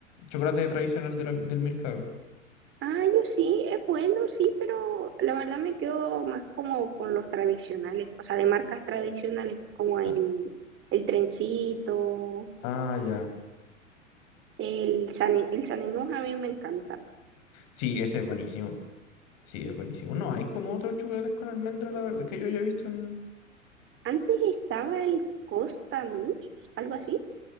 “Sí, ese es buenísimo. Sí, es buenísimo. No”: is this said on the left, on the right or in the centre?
Left